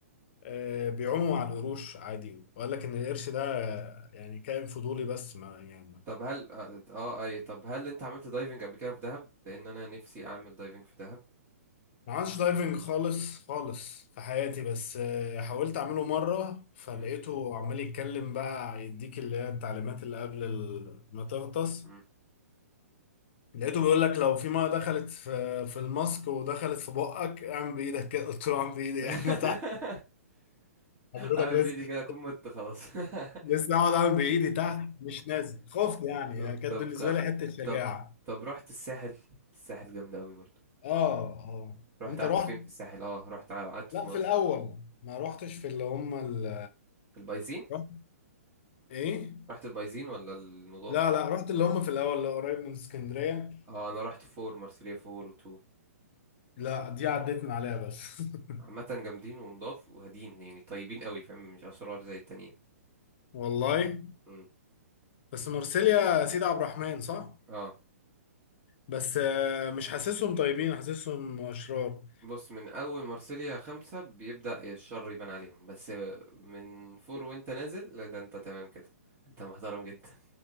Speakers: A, on the left (about 45°); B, on the right (about 25°).
A: آه، بيعوموا على القروش عادي وقال لك ان القرش ده آه، يعني كائن فضولي بس ما يعني
B: طب هل اه آه، اي طب هل انت عملت دايفنج قبل كده في دهب لان انا نفسي اعمل دايفنج في دهب
A: ما عملتش دايفنج خالص خالص في حياتي بس آه، حاولت اعمله مره فلقيته
B: مم،
A: عمال يتكلم بقى يديك اللي هي التعليمات اللي قبل ال- ما تغطس
B: مم.
A: لقيته بيقول لك لو في ميه دخلت في في الماسك ودخلت في بقك اعمل بايدك كده قلت له اعمل بايدي
B: <laughs>
A: إيه؟ احنا تحت حضرتك
B: اعمل
A: لسه
B: فيديو كده اكون مت خلاص <laughs>
A: لسه اقعد اعمل بايدي تحت مش نازل خفت يعني
B: طب
A: يعني كانت
B: طب
A: بالنسبه
B: خ...
A: لي حته شجاعه
B: طب طب رحت الساحل الساحل جامد قوي برضو
A: اه اه
B: رحت
A: انت
B: قعدت
A: رحت
B: فين في الساحل اه رحت قعدت في
A: لا
B: مرسى
A: في الاول ما رحتش في اللي هم ال...
B: البايزين
A: رحت ايه
B: رحت البايزين ولا النضاف
A: لا لا رحت اللي هم في الاول اللي قريب من اسكندريه
B: اه انا رحت فور مارسيليا فور وتو
A: لا دي عديت من عليها بس <laughs>
B: عامة جامدين ونضاف وهادين يعني طيبين قوي فاهم مش اشرار زي التانيين
A: والله
B: مم.
A: بس مرسيليا سيدي عبد الرحمن صح
B: اه
A: بس آه، مش حاسسهم طيبين حاسسهم اشرار
B: بص من اول مارسيليا خمسة بيبدأ الشر يبان عليهم بس من فور وانت نازل لا ده انت تمام كده انت محترم جدا